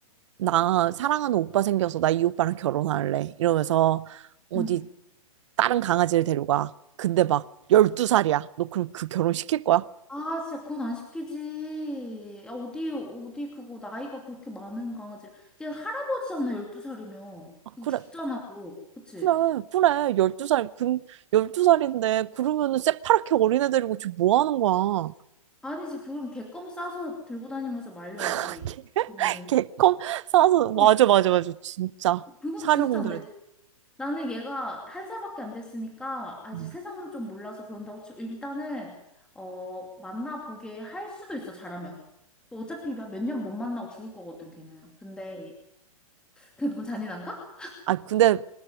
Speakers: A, on the right; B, in the centre.
A: 나 사랑하는 오빠 생겨서 나 이 오빠랑 결혼할래 이러면서 어디
B: 응.
A: 다른 강아지를 데려가 근데 막 열두 살이야 너 그럼 그 결혼 시킬 거야?
B: 아, 진짜 그건 안 시키지. 야, 어디, 어디 그거 나이가 그렇게 많은 강아지. 얘 할아버지잖아, 12살이면.
A: 아
B: 이
A: 그래
B: 죽잖아, 그거 그치?
A: 그래 그래 열두 살 근 열두 살인데 그러면은 새파랗게 어린애 데리고 지금 뭐 하는 거야
B: 아니지, 그럼 개껌 싸서 들고 다니면서 말려야지.
A: <laughs>
B: 그거는.
A: 개껌 사서 맞아
B: 어,
A: 맞아 맞아 진짜
B: 그건
A: 사료공들을
B: 진짜 안 돼. 나는 얘가 한 살밖에 안 됐으니까 아직
A: 음.
B: 세상을 좀 몰라서 그런다고 치고 일단은 어 만나보게 할 수도 있어 잘하면 어차피 몇 년 못 만나고 죽을 거거든 걔는 근데 그게 너무 잔인한가?
A: 아 근데